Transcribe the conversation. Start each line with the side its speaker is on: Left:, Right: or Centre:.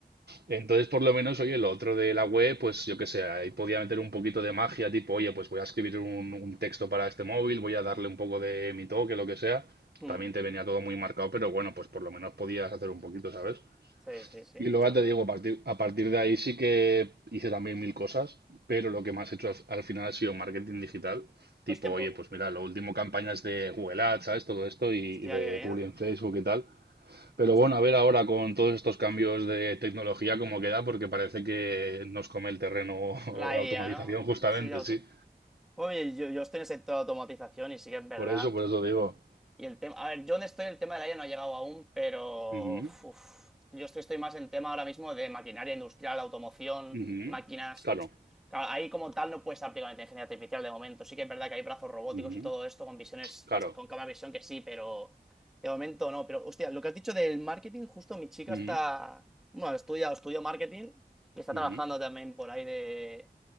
Right: Entonces, por lo menos, oye, lo otro de la web, pues yo qué sé, ahí podía meter un poquito de magia, tipo, oye, pues voy a escribir un, un texto para este móvil, voy a darle un poco de mi toque, lo que sea.
Centre: Mm,
Right: También te venía todo muy marcado, pero bueno, pues por lo menos podías hacer un poquito, ¿sabes?
Centre: Sí, sí, sí.
Right: Y
Centre: Mucho
Right: luego
Centre: mejor.
Right: ya te digo, a partir, a partir de ahí sí que hice también mil cosas, pero lo que más he hecho al, al final ha sido marketing digital, tipo,
Centre: Hostia,
Right: oye,
Centre: pues-
Right: pues mira, lo último campañas de Google Ads, ¿sabes? Todo esto y,
Centre: Hostia,
Right: y de
Centre: qué bien.
Right: Publi en Facebook y tal. Pero
Centre: Hostia.
Right: bueno, a ver ahora con todos estos cambios de tecnología cómo queda, porque parece que nos come el terreno <laughs>
Centre: La
Right: la
Centre: IA,
Right: automatización
Centre: ¿no?
Right: justamente,
Centre: Sí, auto-
Right: sí.
Centre: Oye, yo, yo estoy en el sector de automatización y sí que es verdad
Right: Por eso, por eso digo.
Centre: Y el tema, a ver, yo donde estoy el tema del aire no ha llegado aún, pero
Right: Ujú,
Centre: uf, yo estoy, estoy más en tema ahora mismo de maquinaria industrial, automoción,
Right: ujú.
Centre: máquinas.
Right: Claro.
Centre: Claro, ahí como tal no puedes aplicar la inteligencia artificial de momento. Sí que es verdad que hay brazos robóticos
Right: Ujú,
Centre: y todo esto con visiones,
Right: Claro.
Centre: con cámara de visión que sí, pero de momento no. Pero hostia, lo que has dicho del marketing, justo mi chica
Right: Ujú,
Centre: está, bueno, estudia, estudió marketing y está
Right: ujú.
Centre: trabajando también por ahí de